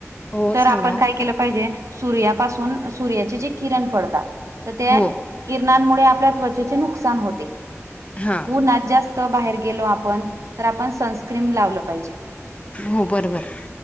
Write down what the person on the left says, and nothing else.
हो
सांगा
हो
हा
हो बरं बरं